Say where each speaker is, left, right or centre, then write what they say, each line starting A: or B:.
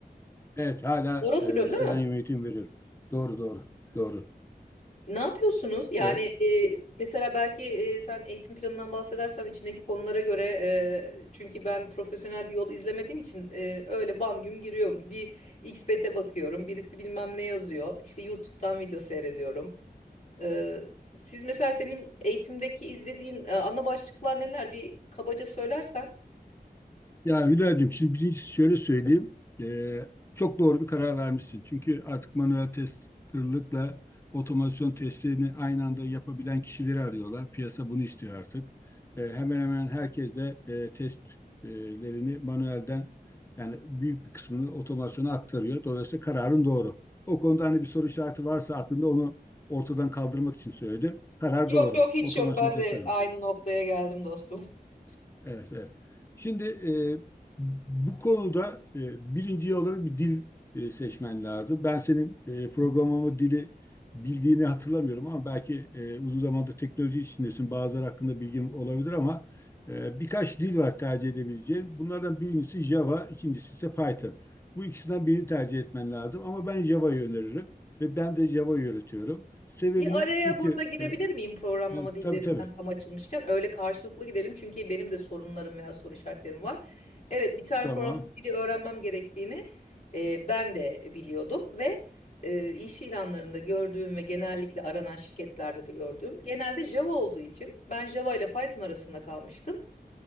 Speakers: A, on the left (about 15°); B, on the left (about 45°).
A: Evet hala
B: Doğru hatırlıyorum
A: e, selenyum
B: değil mi?
A: eğitim veriyorum. Doğru doğru. Doğru.
B: Ne yapıyorsunuz? Yani
A: E,
B: eee, mesela belki eee, sen eğitim planından bahsedersen içindeki konulara göre eee, çünkü ben profesyonel bir yol izlemediğim için eee, öyle bam güm giriyorum. Bir XPT'e bakıyorum. Birisi bilmem ne yazıyor. İşte YouTube'dan video seyrediyorum. Ee, siz mesela senin eğitimdeki izlediğin e, ana başlıklar neler? Bir kabaca söylersen.
A: Ya Hülya'cığım şimdi birincisi şöyle söyleyeyim. Ee, çok doğru bir karar vermişsin. Çünkü artık manuel testerlıkla otomasyon testlerini aynı anda yapabilen kişileri arıyorlar. Piyasa bunu istiyor artık. Ee, hemen hemen herkes de e, testlerini manuelden yani büyük bir kısmını otomasyona aktarıyor. Dolayısıyla kararın doğru. O konuda hani bir soru işareti varsa aklında onu ortadan kaldırmak için söyledim. Karar
B: Yok
A: doğru.
B: yok hiç
A: Otomasyon
B: yok. Ben
A: test
B: de
A: verilmez.
B: aynı noktaya geldim dostum. <laughs>
A: Evet, evet. Şimdi e, bu konuda e, birinci olarak bir dil e, seçmen lazım. Ben senin e, programlama dili bildiğini hatırlamıyorum ama belki e, uzun zamandır teknoloji içindesin. Bazıları hakkında bilgim olabilir ama e, birkaç dil var tercih edebileceğin. Bunlardan birincisi Java, ikincisi ise Python. Bu ikisinden birini tercih etmen lazım ama ben Java'yı öneririm ve ben de Java'yı öğretiyorum. Sebebini
B: Bir araya
A: çünkü
B: burada girebilir
A: e,
B: miyim programlama
A: ben-
B: dillerinden
A: tabii tabii
B: tam açılmışken? Öyle karşılıklı gidelim çünkü benim de sorunlarım veya soru işaretlerim var. Evet bir tane
A: tamam.
B: programlama dili öğrenmem gerektiğini e, ben de biliyordum ve e, iş ilanlarında gördüğüm ve genellikle aranan şirketlerde de gördüğüm genelde Java olduğu için ben Java ile Python arasında kalmıştım.